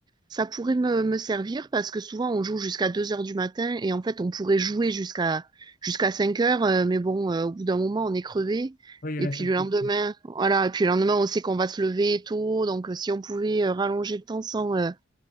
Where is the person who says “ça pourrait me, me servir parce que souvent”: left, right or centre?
Right